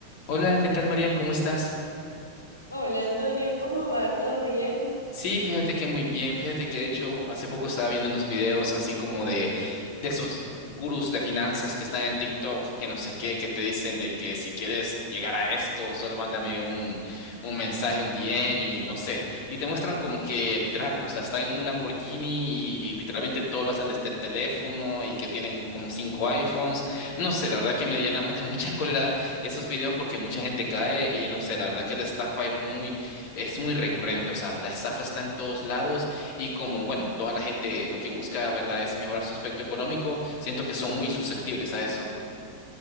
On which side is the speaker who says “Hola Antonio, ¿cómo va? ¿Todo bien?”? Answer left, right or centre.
Right